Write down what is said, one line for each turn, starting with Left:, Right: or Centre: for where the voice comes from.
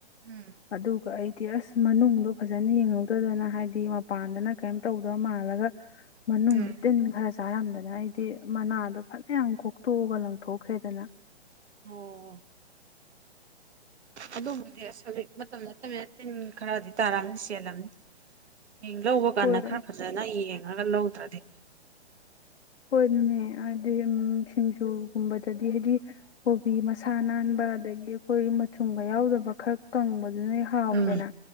Right: ꯎꯝ
Left: ꯑꯗꯨꯒ ꯑꯩ ꯇꯤ ꯑꯁ ꯃꯅꯨꯡꯗꯣ ꯐꯖꯅ ꯌꯦꯡꯍꯧꯗꯗꯅ ꯍꯥꯏꯗꯤ ꯃꯄꯥꯟꯗꯅ ꯀꯩꯝ ꯇꯧꯗꯕ ꯃꯥꯜꯂꯒ ꯃꯅꯨꯡꯁꯨ
Right: ꯎꯝ
Left: ꯇꯤꯟ ꯈꯔ ꯆꯥꯔꯝꯗꯅ ꯑꯩꯗꯤ ꯃꯅꯥꯗꯣ ꯐꯅ ꯌꯥꯝ ꯀꯣꯛꯇꯣꯛꯑꯒ ꯂꯪꯊꯣꯛꯈ꯭ꯔꯦꯗꯅ
Right: ꯑꯣ ꯑꯗꯨꯕꯨꯗꯤꯁ ꯃꯇꯝ ꯇꯤꯟ ꯈꯔꯗꯤ ꯇꯥꯔꯛꯑꯕꯅꯤ ꯆꯦꯜꯂꯕꯅꯤ ꯍꯌꯦꯡ ꯂꯧꯕ ꯀꯥꯟꯅ
Left: ꯍꯣꯏ
Right: ꯈꯔ ꯐꯖꯅ ꯌꯦꯡꯉ ꯅꯒꯂꯗ꯭ꯔꯗꯤ
Left: ꯍꯣꯏ ꯑꯗꯨꯅꯦ ꯍꯥꯏꯗꯤ ꯎ ꯁꯤꯡꯖꯨꯒꯨꯝꯕꯗꯗꯤ ꯍꯥꯏꯗꯤ ꯀꯣꯕꯤ ꯃꯁꯥ ꯅꯥꯟꯕ ꯑꯗꯒꯤ ꯑꯩꯈꯣꯏ ꯃꯆꯨꯡꯕ ꯌꯥꯎꯗꯕ ꯈꯔ ꯀꯪꯕ ꯑꯗꯨ ꯅ ꯍꯥꯎꯋꯤꯗꯅ
Right: ꯎꯝ